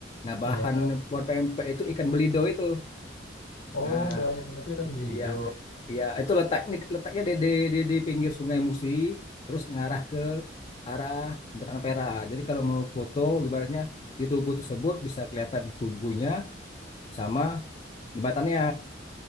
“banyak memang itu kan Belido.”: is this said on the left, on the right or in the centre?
Left